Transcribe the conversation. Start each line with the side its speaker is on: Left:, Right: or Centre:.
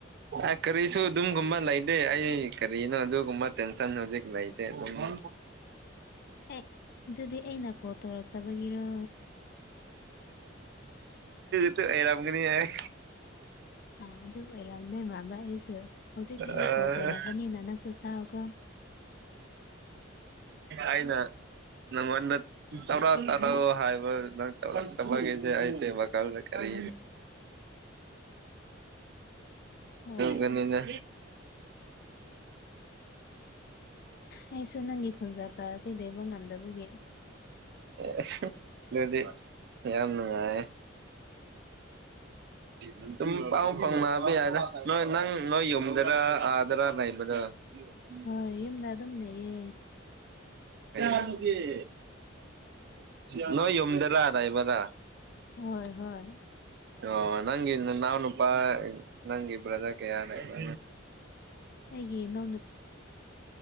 Right: ꯍꯗꯤ ꯀꯔꯤꯁꯨ ꯑꯗꯨꯝꯒꯨꯝꯕ ꯂꯩꯇꯦ ꯑꯩ ꯀꯔꯤꯅꯣ ꯑꯗꯨꯒꯨꯝꯕ ꯇꯦꯟꯁꯟ ꯍꯧꯖꯤꯛ ꯂꯩꯇꯦ ꯑꯗꯨꯝ ꯍ
Left: ꯑꯦ ꯑꯗꯨꯗꯤ ꯑꯩꯅ ꯀꯣꯜ ꯇꯧꯔꯛꯇꯕꯒꯤꯔꯣ
Right: ꯁꯨ ꯑꯦꯔꯝꯒꯅꯤ ꯌꯥ
Left: ꯑꯥ ꯑꯗꯨ ꯑꯣꯏꯔꯝꯗꯣꯏ ꯃꯥꯟꯕ ꯑꯩꯁꯨ ꯍꯧꯖꯤꯛꯇꯤ ꯑꯩ
Right: ꯑ
Left: ꯀꯣꯜ ꯇꯧꯔꯛꯄꯅꯤꯅ ꯅꯪꯁꯨ ꯆꯥꯎꯀꯣ
Right: ꯑꯩꯅ ꯅꯪꯉꯣꯟꯗ ꯇꯧꯔ ꯑꯣ ꯍꯥꯏꯕ ꯅ ꯆꯒꯤꯁꯦ ꯑꯩꯁꯦ ꯋꯥꯜꯗ ꯀꯔꯤ
Left: <inaudible> ꯍꯣꯏ
Right: ꯒꯅꯤꯅꯦ
Left: ꯑꯩꯁꯨ ꯅꯪꯒꯤ ꯈꯨꯟꯖꯥ ꯇꯥꯔꯗꯤ ꯂꯩꯦꯕ ꯉꯝꯗꯕꯒꯤ
Right: ꯑꯦ ꯑꯗꯨꯗꯤ ꯌꯥꯝ ꯅꯨꯡꯉꯥꯏꯌꯦ ꯎꯝ ꯑꯗꯨꯝ ꯄꯥꯎ ꯐꯥꯎꯅꯕ ꯌꯥꯗ꯭ꯔꯥ ꯅꯣꯏ ꯅꯪ ꯅꯣꯏ ꯌꯨꯝꯗꯔ ꯑꯥꯗꯔꯥ ꯂꯩꯕ꯭ꯔꯥ ꯌ <unintelligible>
Left: ꯍꯣꯏ ꯌꯨꯝꯗ ꯑꯗꯨꯝꯅꯦꯌꯦ
Right: ꯑꯗꯨꯨꯒꯤ ꯌꯗꯦ ꯌꯨꯝꯗꯔ ꯂꯥꯏꯔꯕꯔ
Left: ꯍꯣꯏ ꯍꯣꯏ
Right: ꯑꯣ ꯅꯪ ꯏ ꯅꯅꯥꯅꯄꯥ ꯅꯪ ꯏꯕ꯭ꯔꯗ ꯀ ꯌꯥꯅ ꯏꯕ
Left: ꯑꯩꯦ ꯅꯣ <unintelligible>